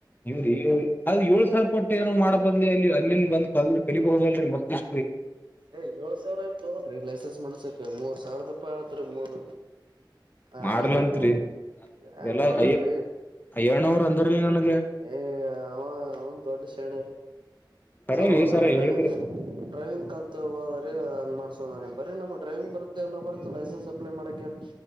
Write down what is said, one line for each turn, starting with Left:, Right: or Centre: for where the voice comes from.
Left: ಇವ್ರ ಅ ಏಳು ಸಾವಿರ ಕೊಟ್ಟೆ ಏನೋ ಮಾಡೋ ಬದ್ಲಿ, ಅಲ್ಲಿ ಅಲ್ಲಿನ್ ಬಂದ್ ಕಲ್ ಕಲಿಬಹುದ ಅಲ್ರರಿ ಮತ್ತ ಇಷ್ಟ
Right: ಏ ಏಳ್ ಸಾವಿರ ಏನ್ ತಗಲ್ರಿ ಲೈಸೆನ್ಸ್ ಮಾಡಸಕ. ಮೂರ್ ಸಾವಿರದಪ ಆದ್ರರಿ ಮೂರ್ ಯಾರಂದ್ರಿ
Left: ಮಾಡಲಂತ್ರಿ
Right: ನಿಮ್ಗ ಹೆಂಗ
Left: ಎಲ್ಲಾ
Right: ಮಾಡಲ್ರಿ,
Left: ಅಯ್ಯ ಅಯ್ಯಣ್ಣವ್ರ ಅಂದ್ರಿ ನನಗೆ
Right: ಏ ಅವ, ಅವಾ ದೊಡ್ಡ ಸ್ಯಾಣರಿ.
Left: ಕರೆ
Right: ಅವನ್ನೇ
Left: ಸರ
Right: ಡ್ರೈವಿಂಗ್
Left: ಹೇಳಿದ್ರಿ
Right: ಡ್ರೈವಿಂಗ್ ಕಲ್ತ್ ಹೋದ್ರಿ ಹಂಗ್ ಮಾಡ್ಸೋ ನ ಬರೆನಮ್ಮಗ, ಡ್ರೈವಿಂಗ್ ಬರುತ್ತ ಎಲ್ಲ ಬರ್ತ ಲೈಸೆನ್ಸ್ ಅಪ್ಲೈ ಮಾಡಕಏನ್,